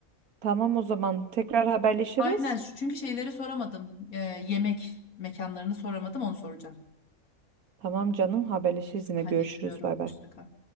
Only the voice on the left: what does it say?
Aynen şu çünkü şeyleri soramadım. Ee, yemek mekanlarını soramadım onu soracağım.
Hadi
yapıyorum.
Hoşça kal.